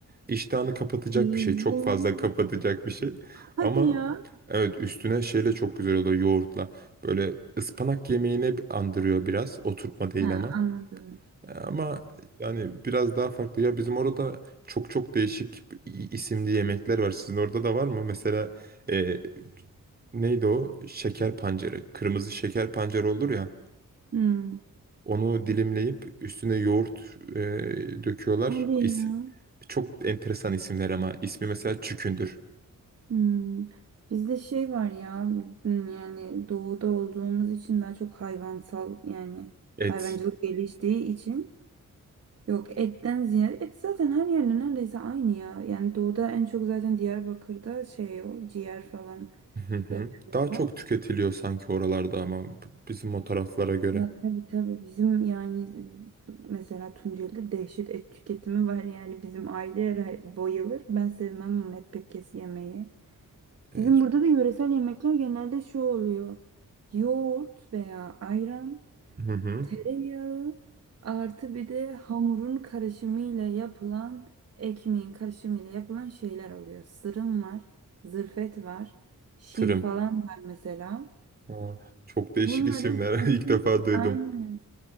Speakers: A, on the right; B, on the right.
A: iştahını kapatacak
B: Ee,
A: bir şey.
B: yine.
A: Çok fazla kapatacak bir şey.
B: Hadi
A: Ama
B: ya.
A: evet üstüne şeyle çok güzel oluyor yoğurtla. Böyle ıspanak yemeğini andırıyor biraz. Oturtma değil
B: Ha,
A: ama.
B: anladım.
A: Ama yani biraz daha farklı. Ya bizim orada çok çok değişik i- isimli yemekler var. Sizin orada da var mı? Mesela e, neydi o? Şeker pancarı. Kırmızı şeker pancarı olur ya.
B: Hmm.
A: Onu dilimleyip üstüne yoğurt e, döküyorlar.
B: Hadi
A: İs-
B: ya.
A: çok enteresan isimler ama ismi mesela çükündür.
B: Hmm. Bizde şey var ya hmm, yani doğuda olduğumuz için daha çok hayvansal yani
A: Et.
B: hayvancılık geliştiği için Yok etten ziyade et zaten her yerde neredeyse aynı ya. Yani doğuda en çok zaten Diyarbakır'da şey o ciğer falan
A: Hı hı.
B: yapıyorlar.
A: Daha çok tüketiliyor sanki oralarda ama bizim o taraflara göre.
B: Ya tabii tabii bizim yani mesela Tunceli'de dehşet et tüketimi var yani bizim aile her- bayılır. Ben sevmem ama et pek kes yemeği.
A: E,
B: Bizim burada da yöresel yemekler genelde şu oluyor. Yoğurt veya ayran
A: Hı hı.
B: Tereyağı artı bir de hamurun karışımıyla yapılan ekmeğin karışımıyla yapılan şeyler oluyor. Sırım var, zırfet var, şir
A: Tırım.
B: falan var mesela.
A: Aa, çok değişik
B: Bunların
A: isimler.
B: üçü
A: <laughs> İlk defa duydum.
B: aynı.